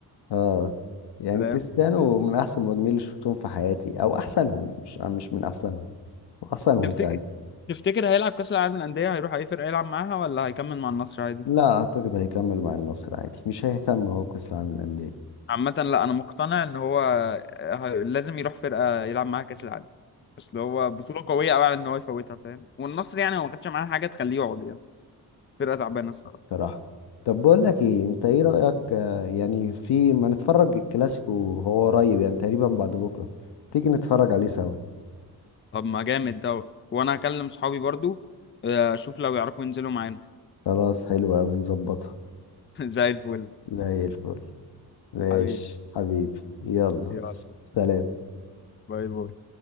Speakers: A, on the left; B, on the left.
A: اه يعني
B: سلام
A: كريستيانو من احسن المهاجمين اللي شفتهم في حياتي او احسنهم مش مش من احسنهم احسنهم
B: تفتكر
A: فعلا
B: تفتكر هيلعب كاس العالم للانديه هيروح اي فرقه يلعب معاها ولا هيكمل مع النصر عادي؟
A: لا اعتقد هيكمل مع النصر عادي مش هيهتم هو بكاس العالم للانديه
B: عامة لا انا مقتنع ان هو ه- لازم يروح فرقة يلعب معاها كاس العالم بس اللي هو بطولة قوية قوي على ان هو يفوتها فاهم والنصر يعني هو ما خدش معاه حاجة تخليه يقعد يعني فرقة تعبانة الصراحة
A: بصراحة طب بقول لك ايه انت ايه رأيك آه، يعني في ما نتفرج الكلاسيكو هو قريب يعني تقريبا بعد بكرة تيجي نتفرج عليه سوا
B: طب ما جامد دوت وانا هكلم صحابي برضو آه، اشوف لو يعرفوا ينزلوا معانا
A: خلاص حلو اوي نظبطها
B: <laughs> زي الفل
A: زي الفل ماشي
B: حبيبي
A: حبيبي يلا
B: يلا
A: سلام
B: باي باي